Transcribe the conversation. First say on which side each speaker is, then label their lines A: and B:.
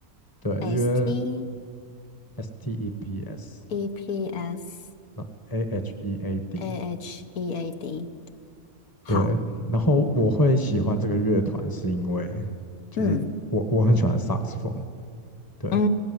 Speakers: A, on the left; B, on the left.
A: 对，
B: S
A: 约
B: T
A: S T E P S
B: E P S
A: 那 A H E A D，
B: A H E A D，好，
A: 对，然后我会喜欢这个乐团是因为
B: 哦，
A: 就是我我很喜欢萨克斯风，
B: 嗯
A: 对，
B: 嗯